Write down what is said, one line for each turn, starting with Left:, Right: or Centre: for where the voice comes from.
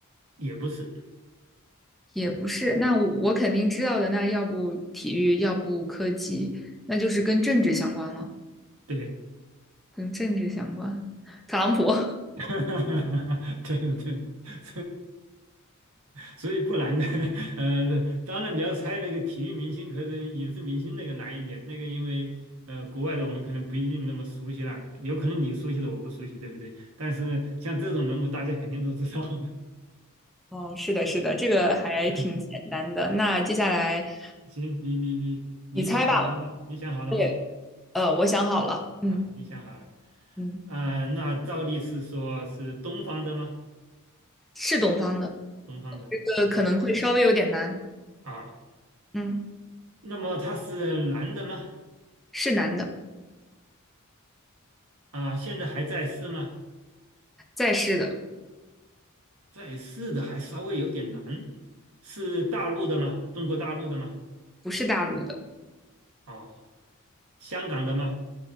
Right: 也不是，
Centre: 也不是，那我我肯定知道的，那要不体育，要不科技，那就是跟政治相关了，
Right: 对。
Centre: 跟政治相关。特朗普，
Right: <laughs> 哈对的，对的，<laughs> 所以所以不难的。<laughs> 呃，当然你要猜那个体育明星，可能影视明星那个难一点，那个因为呃国外的我们可能不一定那么熟悉了，有可能你熟悉的我不熟悉，对不对？但是像这种人物，大家肯定都知道的。
Centre: <laughs> 哦，是的，是的，这个还挺简单的。
Right: <laughs>
Centre: 那接下来
Right: 行，你你你你想好了吗？
Centre: 你猜吧，
Right: 你想好了吗？
Centre: 我也，呃，我想好了，嗯
Right: 啊，你想好了。
Centre: 嗯，
Right: 啊、那照例是说是东方的吗？
Centre: 是东方的，
Right: 东方的啊，
Centre: 这个可能会稍微有点难，
Right: 啊，
Centre: 嗯，
Right: 那么他是男的吗？
Centre: 是男的，
Right: 啊，现在还在世吗？
Centre: 在世的，
Right: 在世的还稍微有点难，是大陆的吗？中国大陆的吗？
Centre: 不是大陆的。
Right: 哦，香港的吗？